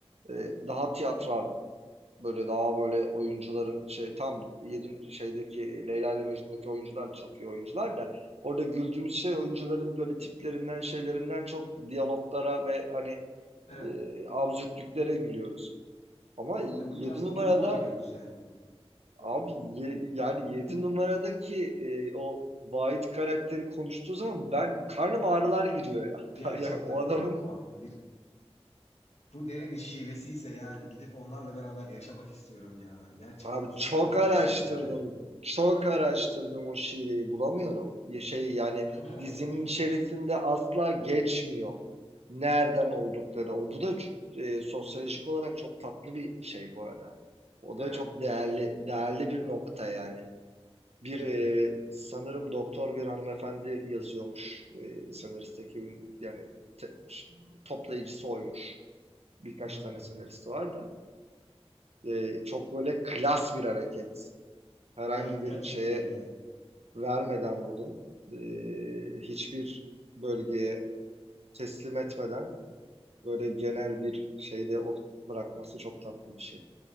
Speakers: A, on the right; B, on the left.
A: e, daha tiyatral böyle daha böyle oyuncuların şey tam yedi şeydeki Leyla ile Mecnun'daki oyuncular da çok iyi oyuncular da orada güldüğümüz şey oyuncuların böyle tiplerinden şeylerinden çok diyaloglara ve hani
B: Evet.
A: e, absürtlüklere gülüyoruz. Ama
B: Öbür
A: yedi
B: tarafta
A: numarada
B: duruma gidiyoruz yani. Aynen.
A: Abi ye- yani 7 numaradaki e, o Vahit karakteri konuştuğu zaman ben karnım ağrılar giriyor ya.
B: Gerçekten
A: <laughs> Yani o adamın
B: ya abi bir bu nerenin şivesiyse yani gidip onlarla beraber yaşamak istiyorum ya. Gerçekten
A: abi
B: süper
A: çok araştırdım.
B: bir şive yani.
A: Çok araştırdım o şiveyi bulamıyorum. Ya Şey yani
B: <laughs>
A: dizinin içerisinde asla geçmiyor. Nereden oldukları. O bu da çok- e, sosyolojik olarak çok tatlı bir şey bu arada. O
B: Evet,
A: da çok
B: evet,
A: değerli değerli bir nokta yani. Bir
B: evet.
A: e, sanırım doktor bir hanımefendi yazıyormuş e, senarist ekibin yani te- toplayıcısı oymuş. Birkaç
B: Hmm.
A: tane senaristi var da E, çok böyle klas bir hareket. Herhangi
B: Evet,
A: bir
B: gerçekten
A: şeye
B: öyle yani.
A: vermeden bunu e, hiçbir bölgeye teslim etmeden böyle genel bir şeyde o bırakması çok tatlı bir şey.